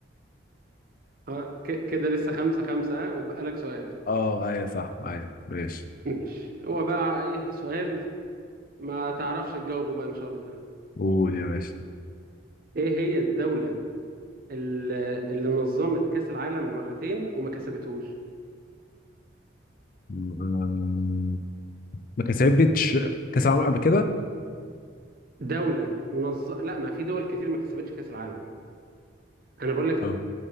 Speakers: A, on the right; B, on the left.
A: آه، ك- كده لسه خمسة خمسة وبقى لك سؤال
B: اه ايوه صح ايوه ماشي
A: ماشي هو بقى ايه سؤال ما تعرفش تجاوبه بقى ان شاء الله
B: قول يا باشا
A: ايه هي الدولة اللي, اللي نظمت كأس العالم مرتين وما كسبتهوش
B: أمم، ما كسبتش كاس العالم قبل كده
A: دولة نظ... لا ما في دول كتير ما كسبتش كأس العالم انا بقول لك
B: اه